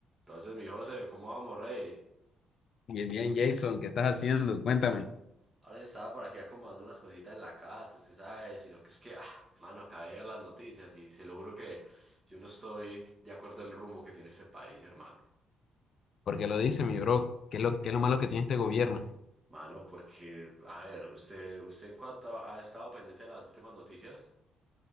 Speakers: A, on the right; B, on the left.
A: Entonces, mi José, ¿cómo vamos, rey?
B: Bien, bien, Jason, ¿qué estás haciendo? Cuéntame.
A: Ahora estaba por aquí acomodando unas cositas en la casa, usted sabe, sino que es que, ah, mano, acabé de ver las noticias y se lo juro que yo no estoy de acuerdo el rumbo que tiene este país, hermano.
B: Porque lo dice, mi bro? ¿Qué es lo, qué es lo malo que tiene este gobierno?
A: Mano, porque, a ver, usted, usted en cuanto ha estado pendiente de las últimas noticias.